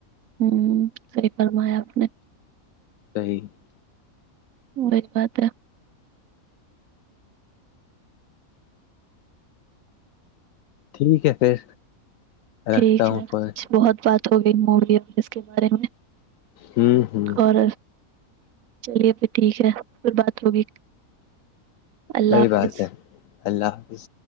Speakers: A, on the right; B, on the left.
A: ہوں سی فرمیا آپ نے
B: صی <unintelligible>
A: بری بات
B: ٹھیک ہے پھر
A: ٹھیک
B: رکھتا ہوں
A: ہے
B: فون
A: بہت بات ہو گئی مووی اس کے بارے میں
B: ہوں ہوں
A: اور چلیے پھر ٹھیک ہے پھر بات ہوگی اللہ
B: صحی
A: حافظ
B: بات ہے اللہ حافظ